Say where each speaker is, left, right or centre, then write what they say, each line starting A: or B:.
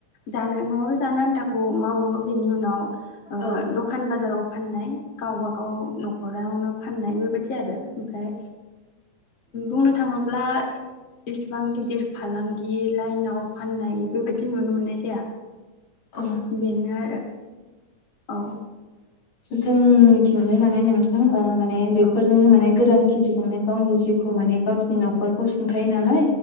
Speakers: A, on the left; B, on the left.
A: जानो न'आव जानो आन्थाखौ मावो बेनि उनाव ओ
B: औ
A: दखान बाजाराव फाननाय गावबा गाव न'खरावनो फाननाय बेबायदि आरो ओमफ्राय बुंनो थाङोब्ला इसेबां गिदिर फालांगि लाइनाव फाननाय बेबायदि नुनो मोननाय जाया
B: औ
A: बेनो आरो औ
B: जों थिंजाय माने नोंथां माने बेफोरजोंनो
A: औ
B: माने गोरान खि थि जोंनो गावनि जिउखौ माने गावसोरनि न'खरखौ सुंथायो नालाय